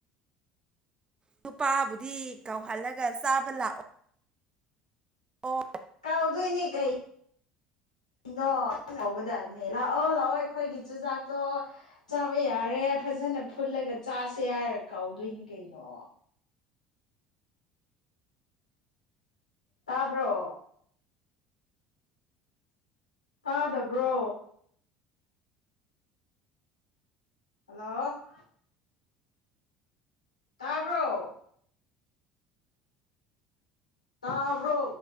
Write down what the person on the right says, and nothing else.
ꯅꯨꯄꯥꯕꯨꯗꯤ ꯀꯧꯍꯜꯂꯒ ꯆꯥꯕ ꯂꯥꯛ ꯑꯣ